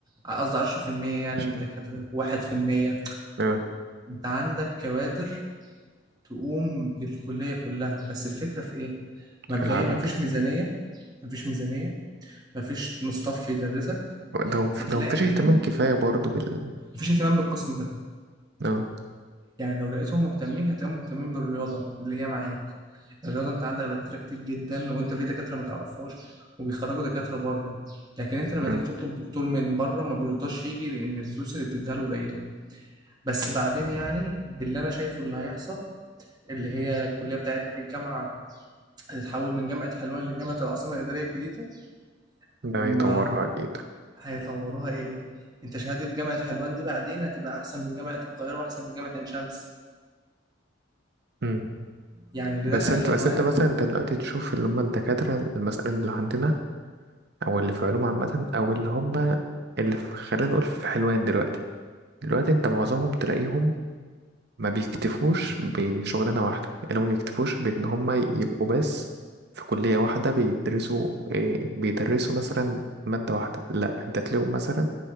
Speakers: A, on the right; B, on the right.
A: قصدي عشرة في المية يعني
B: عشان
A: من الدكاترة واحد في المية
B: اه
A: انت عندك كوادر تقوم بالكلية كلها بس الفكرة في ايه مبدئيا
B: في العدد
A: مفيش ميزانية مفيش ميزانية مفيش مصطف يدرسك
B: لو
A: هتلاقيهم
B: لو مفيش اهتمام كفاية برضو بال
A: مفيش اهتمام بالقسم ده
B: اه
A: يعني لو لقيتهم مهتمين هتلاقيهم مهتمين بالرياضة اللي هي معاك الرياضة انت عندك دكاترة كتير جدا وانت في دكاترة ما تعرفهاش وبيخرجوا دكاترة بره لكن انت لما
B: اه
A: تيجي تطلب دكتور من بره ما بيرضاش يجي لان الفلوس اللي بتديها له قليلة بس بعدين يعني باللي انا شايفه اللي هيحصل اللي هي الكلية بتاعتنا الجامعة هتتحول من جامعة حلوان لجامعة العاصمة الإدارية الجديدة
B: ده
A: هم
B: هيطورها أكيد
A: هيطوروها ايه انت شهادة جامعة حلوان دي بعدين هتبقى احسن من جامعة القاهرة واحسن من جامعة عين شمس
B: أمم.
A: يعني اللي
B: بس
A: دخل
B: انت
A: حلوان
B: بس انت مثلا انت دلوقتي تشوف اللي هم الدكاترة مثلا اللي عندنا أو اللي في علوم عامة أو اللي هم اللي في خلينا نقول في حلوان دلوقتي دلوقتي انت معظمهم تلاقيهم ما بيكتفوش بشغلانة واحدة يعني ما بيكتفوش بإن هما يبقوا بس في كلية واحدة بيدرسوا إيه بيدرسوا مثلا مادة واحدة لا انت تلاقيهم مثلا